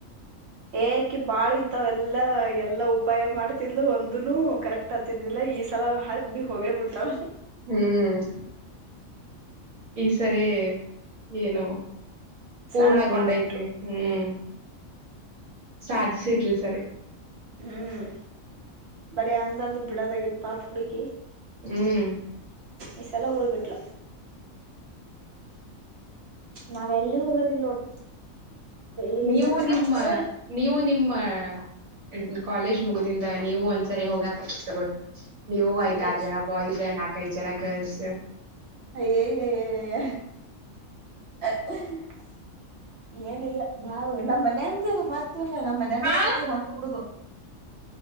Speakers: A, on the right; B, on the right.
A: ಏಕಿ ಬಾಳ ಇಂತಾವ ಎಲ್ಲಾ ಎಲ್ಲಾ ಉಪಾಯ ಮಾಡ್ತಿದ್ಲು ಒಂದನು ಕರೆಕ್ಟ್ ಆತಿದಿಲ್ಲ ಈ ಸಲ ಹದ್ ಬಿ ಹೋಗೇ ಬಿಟ್ಟಾಳ
B: ಹ್ಮ್ ಈಸಲಿ ಸರಿ ಏನು ಪೂರ್ಣಗೊಂಡೈತಿ
A: ಸಾಧನೆ ಮಾಡ್ಬಿಟ್ಲು
B: ಹ್ಮ್ ಸಾಧಿಸಿರ್ಲಿ ಸರಿ
A: ಹ್ಮ್ ಬರಿ ಅಂದಂದು ಬಿಡದಾಗಿತ್ ಪಾ ಹುಡುಗಿ
B: ಹ್ಮ್
A: ಈ ಸಲ ಹೋಯ್ಬಿಟ್ಲು ನಾವೆಲ್ಲಿಗೂ ಹೋಗೋದಿಲ್ ನೋಡ್ ಇಲ್ಲಿ
B: ನೀವು
A: ಬಿಟ್ರ
B: ನಿಮ್ಮ
A: ನಮ್ಕೂರ
B: ನೀವು ನಿಮ್ಮ ಆ ಕಾಲೇಜ್ ಮುಗ್ದಿಂದ ನೀವು ಒಂದ್ಸರಿ ಹೋಗಕ್ <unintelligible> ನೀವು
A: ಅದೇ
B: ಐದಾರ್ ಜನ ಬಾಯ್ಸ ನಾಕೈದ್ ಜ ಜನ ಗರ್ಲ್ಸು
A: ಅಯ್ಯಯ್ಯಯ್ಯಯ್ಯ <unintelligible> ಏನಿಲ್ಲ ನಾವು ನಮ್ಮ್ ಮನ್ಯಾಂದರು ಮಾಡ್ತೀವಲ್ಲ ನಮ್ಮ್ ಮನ್ಯಾನೋರ್
B: ಹಾ
A: ಜೊತೆ ಹೊಂಟ ಬಿಡದು